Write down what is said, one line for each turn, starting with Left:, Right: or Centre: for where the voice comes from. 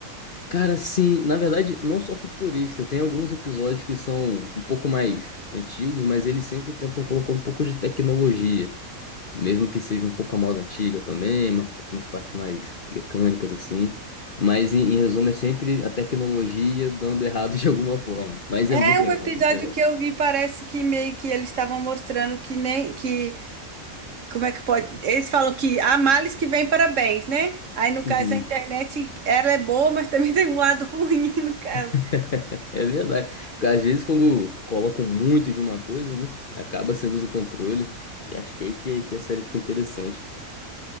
Left: Cara, sim, na verdade, não só futurista, tem alguns episódios que são um pouco mais antigos, mas eles sempre tentam colocar um pouco de tecnologia. Mesmo que seja um pouco a moda antiga também, uma- umas partes mais mecânicas assim. Mas em, em resumo é sempre a tecnologia dando errado <laughs> de alguma forma. Mas
Right: É
Left: é muito
Right: um
Left: legal,
Right: episódio
Left: muito legal.
Right: que eu vi, parece que meio que eles estavam mostrando que nem que Como é que pode? Eles falam que há males que vêm para bens, né? Aí, no caso,
Left: Uhum.
Right: a internet, ela é boa, mas também <laughs> tem um lado ruim, no caso.
Left: <laughs> É verdade. Porque Às vezes quando colocam muito de uma coisa, né? Acaba sendo do controle. E acho que é aí que, que a série fica interessante.